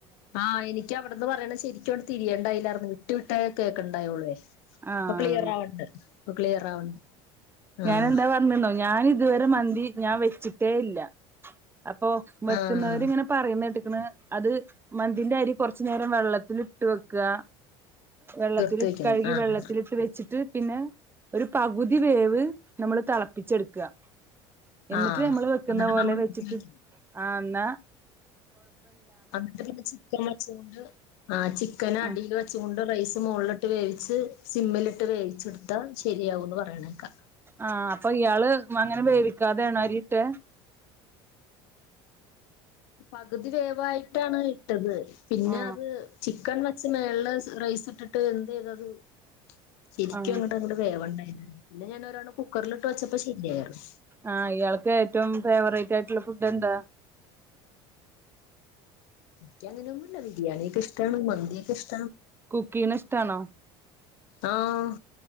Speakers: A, on the left; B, on the right.
A: ആഹ് എനിക്ക് അവിടുന്ന് പറയണ ശെരിക്കുംോവിടെ തിരിയേണ്ടായില്ലായിന്ന് വിട്ടു വിട്ടേ കേക്കണ്ടായള്ളുവേ
B: ആഹ്
A: ഇപ്പൊ ക്ലിയർ ആവണ്ട് ഇപ്പൊ ക്ലിയർ ആവണ്ട്
B: ഞാാന
A: ആഹ്
B: എന്താ പറഞ്ഞുന്നോ ഞാൻ ഇതുവരെ മന്തി ഞാൻ വെച്ചിട്ടേ ഇല്ല അപ്പൊ വെക്കുന്നവരിങ്ങനെ
A: ആഹ്
B: പറയുന്നട്ട് അത് മന്തിന്റെ അരി കൊറച്ചുനരം വെള്ളത്തിൽ ഇട്ട് വെക്കുക വെള്ളത്തിി്
A: തീർത്ത് വെക്കണം
B: കഴുകി
A: ആഹ്
B: വെള്ളത്തിലിട്ട് വെച്ചിട്ട് പിന്നെ ഒരു പകുതി വേവ് നമ്മള് തിളപ്പിച്ചെടുക്കുക എന്നിട്ട്
A: ആഹ്
B: നമ്മൾ വെക്കുന്ന
A: എന്നിട്ട്
B: പോലെ
A: നമ്മള്
B: വെച്ചിട്ട്
A: ഊറ്റി വെക്കണം
B: ആ എന്നഴ
A: എന്നിട്ട ചിക്കൻ വച്ചൊണ്ട് ആ ചിക്കന്
B: ആ
A: അടിൽ വെച്ചൊണ്ട് റൈസ് മുകള ഇ ഇട്ട് വേവിച്ച് സിമ്മിലിട്ട് വേവിച്ചെടുത്താൽ ശരിയാവുംന്ന് പറയണേക്കാം
B: ആഹ അപ്പൊ ഇയാള് അങ്ങനെ വേവിക്കാതെയണ അരിട്ടെ
A: പകുതി വേവായിട്ടാണ് ഇട്ടത് പിന്നെ
B: ആ
A: അത് ചിക്കൻ വെച്ച് മേള റൈസ് ഇട്ടിട്ട് എന്ത് ചെയ്തത് ശരിക്കും
B: ആ
A: അങ്ങോട്ട് അങ്ങോട് വേവണ്ടായി പിന്നെ ഞാനൻ ഒരാവണ്ണം കുക്കറിലിട്ട് വെച്ചപ്പോ ശരിയരുന്നു
B: ആഹ് ഇയാൾക്ക് ഏറ്റവും ഫേവറേറ്റ് ആയിട്ടുള്ള ഫുഡ് എന്താ
A: ബഞാനിനന്നല്ല ബിരിയാണിയക്ക് ഇഷ്ടമാണ് മന്ദിയക്ക് ഇഷ്ടം
B: കുക്കീന് സ്ഥണോ
A: ആഹ